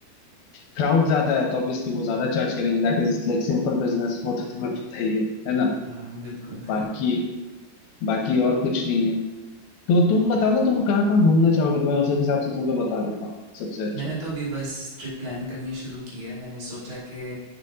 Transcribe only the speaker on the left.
क्राउड ज्यादा है तो ऑब्वियसली वो ज्यादा चार्ज करेंगे That is like simple business वो तो तुम्हें पता ही है है ना
बाकी बाकी और कुछ नहीं है तो तुम बताओ ना तुम कहाँ कहाँ घूमना चाहोगे तो मैं उस हिसाब से तुमको बता देता हूँ सबसे अच्छा